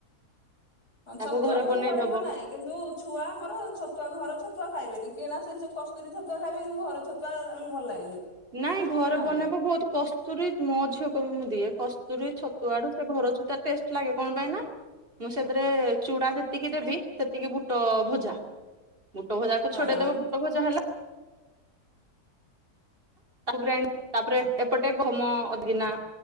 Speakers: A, on the left (about 80°); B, on the right (about 35°).
A: ହଁ
B: ତାକୁ
A: ଛତୁଆ ମୁଁ
B: ବନେଇଦବ।
A: ଘରେ ବନାଏ। କିନ୍ତୁ ଛୁଆ ଆମର ଛତୁଆ ଘର ଛତୁଆ ଖାଇବେନି କିଣା ସେ କସ୍ତୁରୀ ତୁଆ ଖାଇବେ କିନ୍ତୁ ଘର ଛତୁଆ ତାଙ୍କୁ ଭଲ ଲାଗେନି
B: ନାଇଁ ଘରେ
A: ଖାଆନ୍ତିନି।
B: ବନେଇବା ବହୁତ କଷ୍ଟ କୁରୀ ମୋ ଝିଅକୁ ବି ମୁଁ ଦିଏ କସ୍ତୁରୀ ଛତୁଆଡୁ ସେ ଘର ଅଛୁ ତ ଟେଷ୍ଟ ଲାଗେ କଣ ପାଇଁ ନା ମୁଁ ସେଥିରେ ଚୂଡା ଯେତିକି ଦେବି ସେତିକି ବୁଟ ଭଜା। ବୁଟ ଭଜାକୁ
A: ହଁ
B: ଛଡେଇଦବ ବୁଟ ଭଜା ହେଲା। ତା ତାପରେ ଏପଟେ ଗହମ ଅଧଗିନା